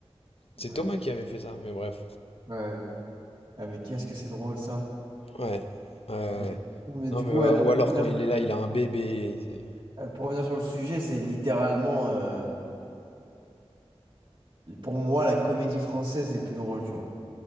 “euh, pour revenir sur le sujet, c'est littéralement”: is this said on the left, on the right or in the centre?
Right